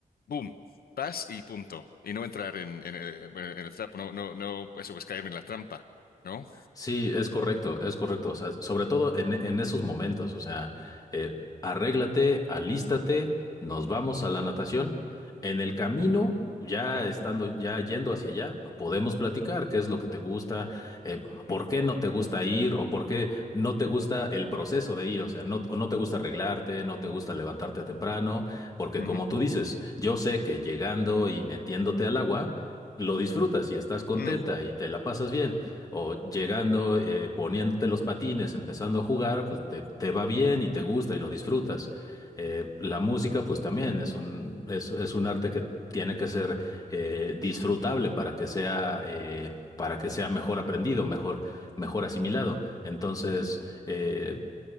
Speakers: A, on the left; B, on the left.
A: boom, vas y punto. Y no entrar en, en, eh, en el trapo, no, no, no, eso pues caerme en la trampa, ¿no?
B: Sí, es correcto, es correcto. O sea, sobre todo en, en esos momentos, o sea, eh, arréglate, alístate, nos vamos a la natación. En el camino, ya estando, ya yendo hacia allá, podemos platicar qué es lo que te gusta, eh, por
A: Mm,
B: qué no te gusta ir o por qué no te gusta el proceso de ir. O sea, no, no te gusta arreglarte, no te gusta levantarte temprano, porque
A: ujú,
B: como tú dices, yo sé que llegando y metiéndote al agua, lo disfrutas y estás contenta
A: mm,
B: y te la pasas bien o llegando, eh, poniéndote los patines, empezando a jugar, pues te, te va bien y te gusta y lo disfrutas. Eh, la música, pues también es un, es, es un arte que tiene que ser eh, disfrutable para que sea, eh, para que sea mejor aprendido, mejor, mejor asimilado. Entonces, eh,